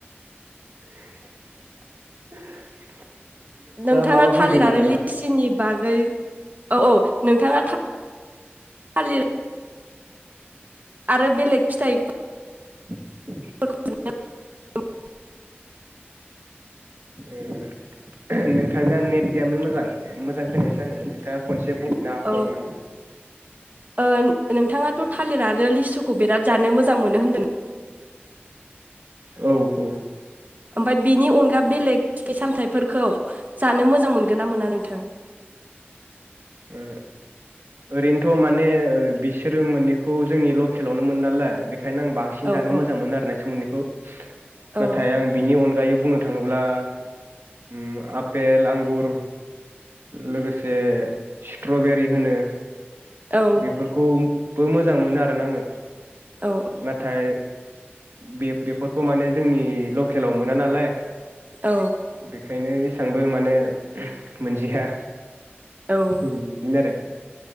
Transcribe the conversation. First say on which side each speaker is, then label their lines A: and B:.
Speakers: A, on the right (about 70°); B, on the right (about 40°).
A: <inaudible>
B: नोंथाङा
A: माबा बुंदोंमोन
B: थालिर आरो
A: नामा
B: लिसिनि बागै औ औ नोंथाङा थालिर आरो बेलेग फिथाइ फो
A: <inaudible>
B: <inaudible>
A: ओ नोंथांनिया नेट गैयामोन मोजां मोजां खोनायासो आङो नोंथाङा खनसे से बुंफिननो हाबावगोन
B: औ
A: नामा?
B: ओ नोंथाङाथ' थालिर आरो लिसुखौ बिराद जानो मोजां मोनो होनदों
A: औ औ
B: ओमफाय बेनि अनगा बेलेग फिथाइ सामथाइफोरखौ जानो मोजां मोनगोन गोना मोना नोंथाङा
A: ओ ओरैनोथ' माने बिसोरो मोननैखौ जोंनि लकेलावनो मोनो नालाय। बेखायनो आं बांसिन
B: औ
A: जानो
B: औ
A: मोजां मोनो आर ना बेसोर मोन्नैखौ
B: औ
A: नाथाय आं बिनि अनगा दायो बुंनो थाङोब्ला उम आफेल आंगुर लोगोसे स्ट्रबेरि होनो।
B: औ
A: बेफोरखौ बो मोजां मोनो आरोना आङो
B: औ
A: नाथाय बे बेफोरखौ माने जोंनि लकेलाव मोना नालाय।
B: औ
A: बेखायनो एसांबो माने मोनजाया
B: औ
A: उम दिनो आरो